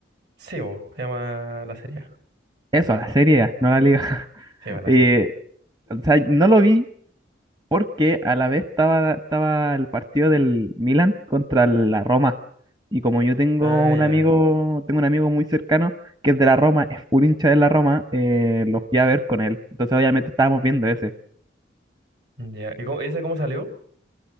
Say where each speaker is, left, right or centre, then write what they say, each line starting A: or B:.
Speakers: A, on the right (about 65°); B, on the right (about 20°).
A: Sí, bo, se llama la serie. A.
B: Eso, la Serie A, no la
A: La
B: Liga.
A: serie.
B: <laughs>
A: A. Sí, va la
B: Eh,
A: serie.
B: o sea, no lo vi porque a la vez estaba, estaba el partido del Milan contra la Roma. Y como yo tengo
A: Ah,
B: un
A: ya.
B: amigo, tengo un amigo muy cercano que es de la Roma, es full hincha de la Roma, eh, lo fui a ver con él. Entonces obviamente estábamos viendo ese.
A: Ya. ¿Y cómo- ese cómo salió?